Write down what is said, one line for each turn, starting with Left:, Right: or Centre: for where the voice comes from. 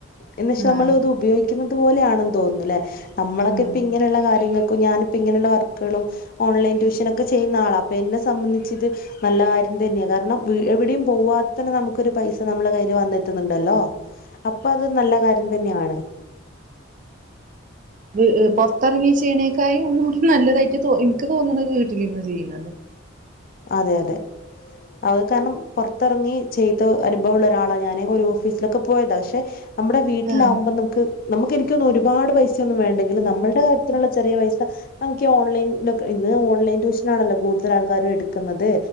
Left: എന്നിച്ച
Right: ആഹ്
Left: നമ്മള് അത് ഉപയോ ക്കുന്നത് പോലെയാണെന്ന് തോന്നുന്നു ഇല്ലേ നമ്മളൊക്കെ
Right: ആഹ്
Left: ഇപ്പ ഇങ്ങനെയുള്ള കാര്യങ്ങക്കും ഞാനിപ്പ ഇങ്ങനെയുള്ള വർക്കുകളും ഓൺലൈൻ ട്യൂഷനൊക്കെ ചെയ്യുന്ന ആളാ അപ്പൊ എന്നെ സംബന്ധിച്ചിത് നല്ല കാര്യം തന്നെയാ കാരണം വീ എവിടെയും പോവാതെ തന്നെ നമുക്കൊരു പൈസ നമ്മള കയ്യില് വന്നെത്ത്ന്ന്ണ്ടല്ലോ അപ്പൊ അത് നല്ല കാര്യം തന്നെയാണ്
Right: വീ പൊർത്തറങ്ങി ചെയ്യണേക്കായും ഒന്നുകൂടി നല്ലതായിട്ട് തോ ഇൻക്ക് തോന്നണത് വീട്ടിലിരിന്ന് ചെയ്യ്ണതാ
Left: അതെ അതെ അത് കാരണം പൊറത്തിറങ്ങി ചെയ്ത അനുഭവ ഉള്ള ഒരാളാ ഞാന് ഒരു ഓഫീസിലൊക്കെ പോയതാ പക്ഷെ നമ്മടെ വീട്ടിലാവുമ്പോ
Right: ആഹ്
Left: നമുക്ക് നമക്ക് എനിക്ക്തോന്നു ഒരുപാട് പൈസ ഒന്നും വേണ്ടെങ്കിലും നമ്മൾടെ കാര്യത്തിനുള്ള ചെറിയ പൈസ നമുക്ക് ഈ ഓൺലൈൻ ഇന്ന് ഓൺലൈൻ ടൂഷനാണല്ലോ കൂടുതൽ ആൾക്കാരും എടു ക്കുന്നത്